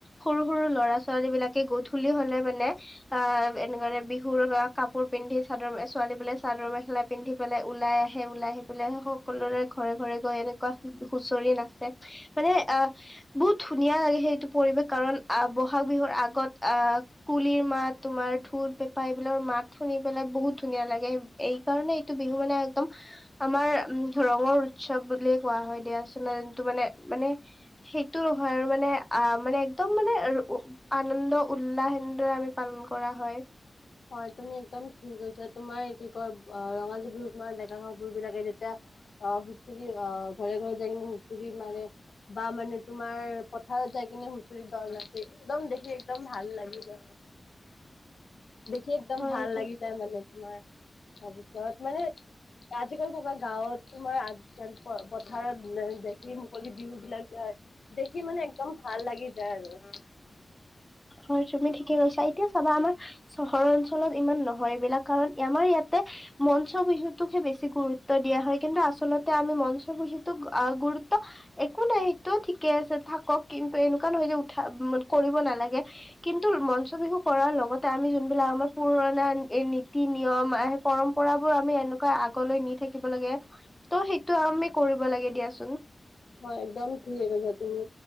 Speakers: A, in the centre; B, on the left.
A: সৰু-সৰু ল'ৰা ছোৱালী বিলাকে গধূলি হলে মানে, আহ <unintelligible> বিহুৰ কাপোৰ পিন্ধি, চাদৰ ছোৱালী বোৰে চাদৰ মেখেলা, পিন্ধি পেলাই ওলাই আহে, ওলাই আহি পেলাই সকলোৰে ঘৰে ঘৰে গৈ এনেকুৱা হুঁচৰি নাচে। মানে আ, বহুত ধুনীয়া লাগে সেই এইটো পৰিৱেশ কাৰণ, আহ ব'হাগ বিহুৰ আগত, আহ কুলিৰ মাত, তোমাৰ ঢোল-পেঁপা এইবিলাকৰ মাত শুনি পেলাই বহুত ধুনীয়া লাগে। এই কাৰণে এইটো বিহু মানে একদম, আমাৰ উম ৰঙৰ উৎসৱ বুলিয়েই কোৱা হয় দিয়াছোন <unintelligible> মানে, মানে সেইটো হয় আৰু মানে আ মানে একদম মানে, আনন্দ উল্লাহ এনেদৰে আমি, পালন কৰা হয়।
B: হয় তুমি একদম ঠিকে কৈছা তোমাৰ কি কয় অ' ৰঙালী বিহুত মানে ডেকা-গাভৰু বিলাকে যেতিয়া অ' হুচুৰি অ' ঘৰে, ঘৰে যাইকিনে হুচুৰি মাৰে বা মানে তোমাৰ পথাৰত যাই কিনে হুঁচৰি দল নাচে একদম দেখি একদম ভাল লাগি যায়।
A: <inaudible>
B: দেখি একদম
A: হয়
B: ভাল
A: এইটো
B: লাগি যায় মানে তোমাৰ তাৰপিছত মানে আজিকালি থকা গাঁৱত তোমাৰ আজ যেন প-পথাৰত <unintelligible> যি মুকলি বিহু বিলাক দিয়া হয় দেখি মানে একদম ভাল লাগি যায় আৰু।
A: হয়, তুমি ঠিকে কৈছা এতিয়া চাবা আমাৰ চহৰ অঞ্চলত ইমান নহয় এইবিলাক কাৰণ আমাৰ ইয়াত মঞ্চ বিহুটোকহে বেছি গুৰুত্ব দিয়া হয় কিন্তু আচলতে আমি মঞ্চ বিহুটোক আহ, গুৰুত ত্ব একো নাই সেইটো ঠিকে আছে থাকক কিন্তু এনেকুৱা নহয় যে উঠা উম, কৰিব নালাগে কিন্তু মঞ্চ বিহু কৰাৰ লগতে আমি যোনবিলাক আমাৰ পুৰণা নীতি-নিয়ম আহ, পৰম্পৰাবোৰ আমি এনেকুৱা আগলৈ নি থাকিব লাগে ত' সেইটো আমি কৰিব লাগে দিয়াচোন।
B: হয়, একদম ঠিকেই কৈছা তুমি।